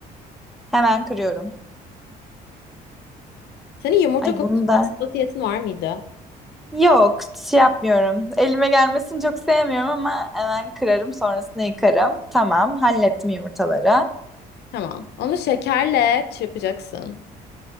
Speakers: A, in the centre; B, on the left.
A: Hemen kırıyorum.
B: Senin yumurta
A: Ay
B: konusunda
A: bunu da
B: hassasiyetin var mıydı?
A: Yok, şey yapmıyorum. Elime gelmesini çok sevmiyorum ama hemen kırarım, sonrasında yıkarım. Tamam, hallettim yumurtaları.
B: Tamam. Onu şekerle çırpacaksın.